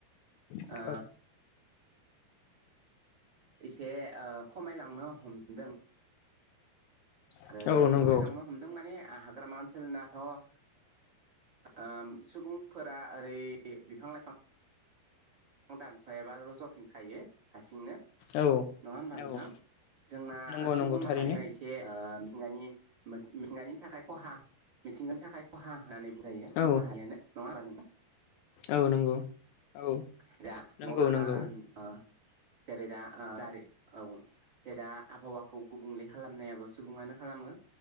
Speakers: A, on the left (about 75°); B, on the right (about 30°).
A: औ
B: ओ एसे ओ खमायलांनो हमदों
A: औ
B: आरो
A: औ नंगौ
B: खमायलांनो हमदों माने हाग्रामा ओनसोलनाथ' ओ सुबुंफोरा ओरै बिफां लाइफां दानफायाबा एबा रज' खायो हारसिंनो
A: औ
B: नङा होमबा नोंथां
A: औ
B: जोंना
A: नंगौ
B: सुबुं
A: नंगौ थारैनो
B: माहारिया एसे ओ मिथिंगानि मिथिंगानि थाखाय खहा मिथिंगानि थाखाय खहा होनानै बुंजायो
A: औ
B: सुबुं माहारियानो नङा बा
A: औ नंगौ औ
B: <unintelligible>
A: नंगौ नंगौ
B: औ जेरै दा आबहावाखौ गुबुंले खालामनायाबो सुबुङानो खालामो